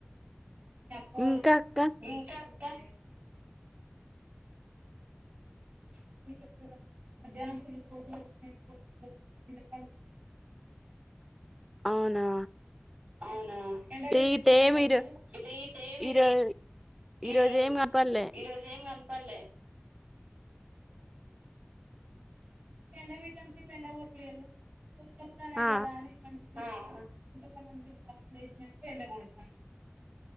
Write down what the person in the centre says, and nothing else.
ఇంకా అక్క
అవునా
టీటే
మీరు ఈరో ఈరో
ఈరోజు ఏం కనపల్లే
ఆ